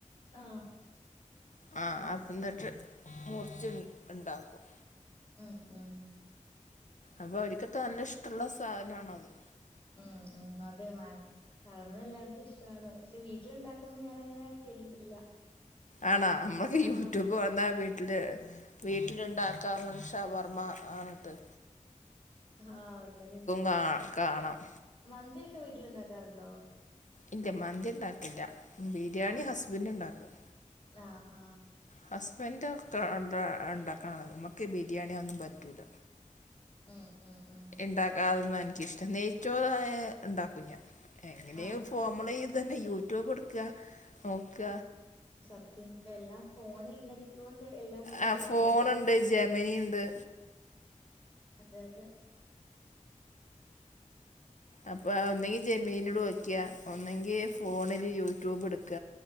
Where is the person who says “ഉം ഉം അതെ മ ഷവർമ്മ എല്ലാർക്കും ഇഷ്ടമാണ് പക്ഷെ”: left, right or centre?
Left